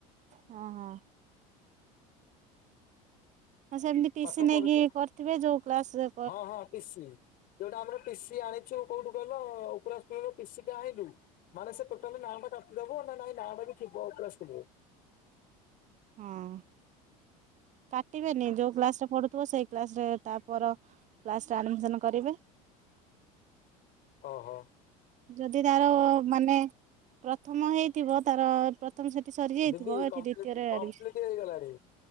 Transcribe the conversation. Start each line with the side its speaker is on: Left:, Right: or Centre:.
Right: ହଁ ହଁ ହଁ ସେମିତି ଟିସି
Left: ପାଠ
Right: ନେଇକି
Left: ପଢୁଛି
Right: କରିଥିବେ ଯୋଉ କ୍ଲାସ
Left: ହଁ ହଁ ଟିସିି ଯୋଉଟା ଆମର ଟିସି ଆଣି ଥିଲି କୋଉଠୁ କହିଲ ଉପରାସ ସ୍କୋଲୁ ରୁ ଟିଶି ଟା ଆଣିଲୁ। ମାନେ ସେ ଟୋଟାଲି ନାଁ ଟା କାଟିଦବ ନା ନାଇଁ ନାଁ ଟା ବି ଥିବା ଉପରା ସ୍କୁଲ ରେ?
Right: ହଁ। କାଟିବେନି ଯୋଉ କ୍ଲାସ ରେ ପଢୁଥିବ ସେଇ କ୍ଲାସ ରେ ତାପ କ୍ଲାସରେ ଆଡ଼ମିସନ୍ କରିବେ।
Left: ଓ ହୋ।
Right: ଯଦି ତାର ମାନେ ପ୍ରଥମ ହେଇଥିବ ତାର ପ୍ରଥମ ସେଠି ସରିଯାଇଥିବ
Left: ଦିଦି
Right: ଏଠି
Left: କମ୍ପ୍ଲିଟ
Right: ଦ୍ଵିତୀୟରେ
Left: କମ୍ପ୍ଲିଟ
Right: ଆଡିମି
Left: ହେଇଗଲାଣି